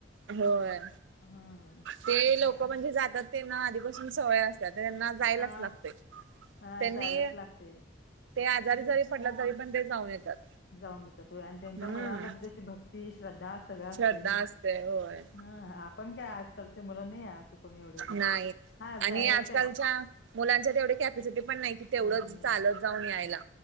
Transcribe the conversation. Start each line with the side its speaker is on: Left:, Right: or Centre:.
Right: होय,
Left: हम्म
Right: ते
Left: कसं
Right: लोक
Left: आपण
Right: म्हणजे जातात तेना आधीपासून सवय असत्या त्यांना जायलाच
Left: हा
Right: लागतय.
Left: हा
Right: त्यांनी
Left: जायलाच लागते
Right: ते आजारी जरी पडलं, तरी पण ते जाऊन येतात.
Left: जाऊन येतात व्हय आणि त्यांच्या
Right: हम्म
Left: मनामध्ये तशी भक्ती, श्रद्धा सगळं असतंय
Right: श्रद्धा
Left: नाई,
Right: असते होय
Left: ह आपण काय आजकालची मुलं नाही असं कुणी एवढं हे करत.
Right: नाही
Left: हा
Right: आणि
Left: जायचंय
Right: आजकालच्या मुलांच्यात तेवढी कॅपॅसिटी पण नाही कि तेवढंच
Left: हा नाही
Right: चालत
Left: नाही
Right: जाऊन यायला.